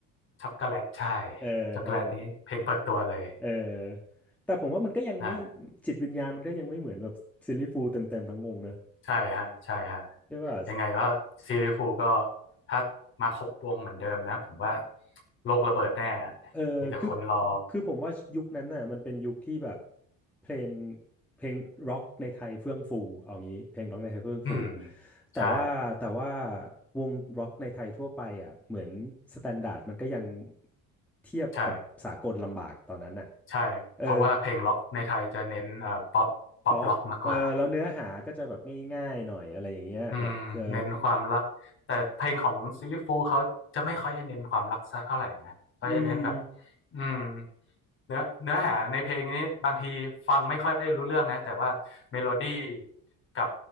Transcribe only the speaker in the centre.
เออเออ
เออแต่ผมว่ามันก็ยังไม่
จิตวิญญาณมันก็ยังไม่เหมือนแบบซิลลี่ฟูลเต็มเต็มทั้งวงนะ
ใช่ป่ะ
เออคือ
คือผมว่ายุคนั้นน่ะมันเป็นยุคที่แบบเพลงเพลงร็อกในไทยเฟื่องฟูเอางี้เพลงร็อกในไทยเฟื่องฟู
แต่ว่าแต่ว่า
วงร็อกในไทยทั่วไปอ่ะเหมือนสแตนดาร์ดมันก็ยังเทียบกับสากลลำบากตอนนั้นน่ะ
เออ ป๊อปเออแล้วเนื้อหาก็จะแบบง่ายๆหน่อยอะไรอย่างเงี้ยแบบเออ
อืม